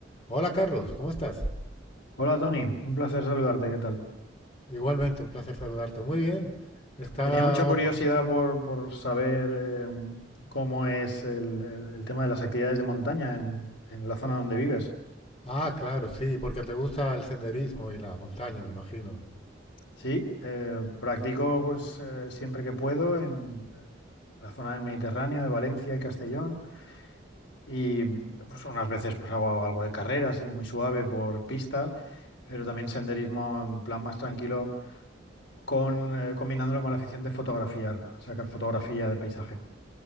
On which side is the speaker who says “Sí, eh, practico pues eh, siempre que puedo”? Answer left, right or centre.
Left